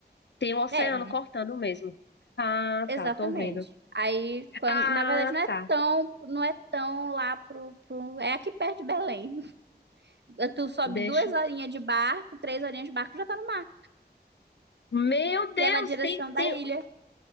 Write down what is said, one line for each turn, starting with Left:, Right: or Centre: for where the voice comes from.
Left: Tem o oceano
Right: É,
Left: cortando mesmo. Ah,
Right: Exatamente.
Left: tá, tô vendo.
Right: Aí, quando,
Left: Ah,
Right: na verdade, não é
Left: tá.
Right: tão, não é tão lá pro, pro, é aqui perto de Belém. <laughs> Tu sobe
Left: Deixa.
Right: duas horinhas de barco, três horinhas de barco, já tá no mar.
Left: Meu Deus,
Right: E é na direção
Left: tem,
Right: da
Left: tem.
Right: ilha.